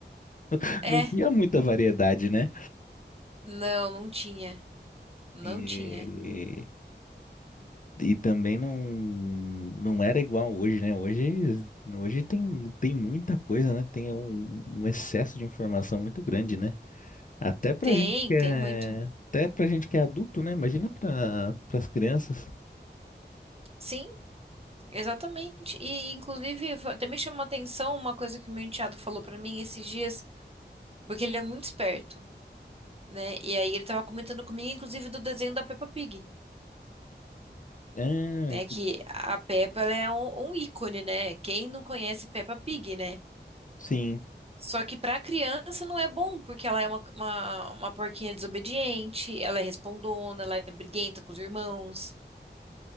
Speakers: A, on the left (about 45°); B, on the right (about 35°).
A: <laughs>
B: É,
A: não tinha muita variedade, né?
B: não, não tinha. Não
A: E,
B: tinha.
A: E também não, não era igual hoje, né? Hoje, hoje tem, tem muita coisa, né? Tem um, um excesso de informação muito grande, né? Até pra
B: Tem,
A: gente que é,
B: tem muito.
A: até pra gente que é adulto, né? Imagina para as crianças.
B: Sim, exatamente. E, inclusive, fo- até me chamou a atenção uma coisa que o meu enteado falou pra mim esses dias, porque ele é muito esperto, né? E aí ele tava comentando comigo, inclusive, do desenho da Peppa Pig,
A: Ah,
B: né?
A: que-
B: Que a Peppa, ela é um, um ícone, né? Quem não conhece Peppa Pig, né?
A: sim,
B: Só que pra criança não é bom, porque ela é uma, uma, uma porquinha desobediente, ela é respondona, ela é briguenta com os irmãos.